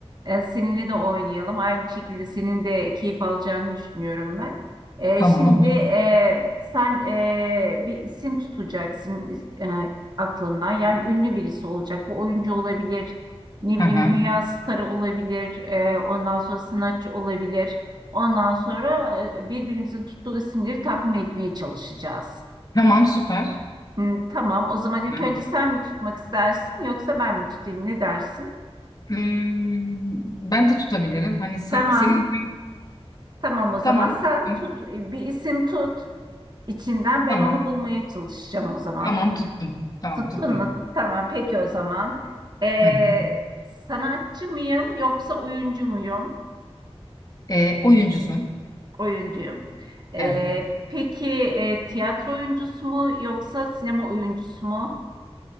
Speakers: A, on the right; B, on the left.
A: Ee, seninle de oynayalım. Aynı şekilde senin de keyif alacağını düşünüyorum ben. Ee,
B: Tamam
A: şimdi
B: olur.
A: e, sen e, bir isim tutacaksın e, aklından. Yani ünlü birisi olacak. Bu oyuncu olabilir. Ne bileyim
B: Hı hı.
A: dünya starı olabilir. e, ondan sonra sanatçı olabilir. Ondan sonra e, birbirimizin tuttuğu isimleri tahmin etmeye çalışacağız.
B: Tamam süper.
A: Hmm, tamam. O zaman ilk
B: Hı.
A: önce sen mi tutmak istersin yoksa ben mi tutayım? Ne dersin?
B: Hmm, ben de tutabilirim. Hani sen
A: Tamam.
B: senin
A: Tamam o zaman
B: tamam
A: sen
B: tuttum.
A: tut. E, Bir isim tut. İçinden ben
B: Tamam.
A: onu bulmaya çalışacağım o zaman.
B: Tamam tuttum. Tamam
A: Tuttun
B: tuttum.
A: mu? Tamam. Peki o zaman. Ee,
B: Hı hı.
A: sanatçı mıyım yoksa oyuncu muyum?
B: Ee, oyuncusun.
A: Oyuncuyum. Ee,
B: Evet.
A: peki e, tiyatro oyuncusu mu yoksa sinema oyuncusu mu?